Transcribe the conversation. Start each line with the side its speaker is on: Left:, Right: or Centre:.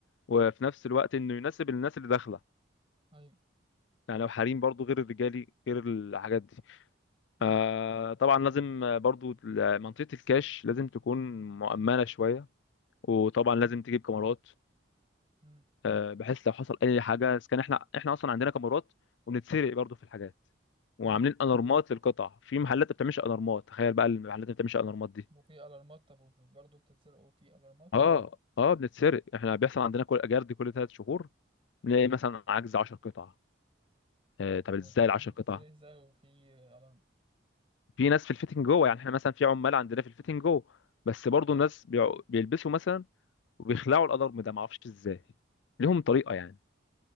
Left: وفي نفس الوقت انه يناسب الناس اللي داخله
Right: ايوه
Left: يعني لو حريم برضه غير الرجالي غير الحاجات دي
Right: امم
Left: آه طبعا لازم برضه منطقه الكاش لازم تكون مؤمنه شويه وطبعا لازم
Right: امم
Left: تجيب كاميرات
Right: امم
Left: آه، بحيث لو حصل اي حاجه اذا كان احنا احنا اصلا عندنا كاميرات وبنتسرق برضو في الحاجات وعاملين
Right: امم
Left: الارمات للقطع في محلات ما بتعملش الارمات تخيل بقى المحلات اللي ما بتعملش الارمات دي
Right: وفي الارمات طب وب- برضه بتتسرق وفي الارمات
Left: اه اه بنتسرق احنا بيحصل عندنا كل جرد كل ثلاث شهور بنلاقي مثلا عجز 10 قطع آه، طب
Right: طب
Left: ازاي
Right: والحاجات
Left: ال 10
Right: دي بتتسرق
Left: قطع
Right: ازاي وفي الارم
Left: في ناس في الفيتنج جوه يعني احنا مثلا في عمال عندنا في الفيتنج جوه بس برضو
Right: اه
Left: الناس بيع- بيلبسوا مثلا وبيخلعوا الالارم ده ما اعرفش ازاي ليهم طريقه يعني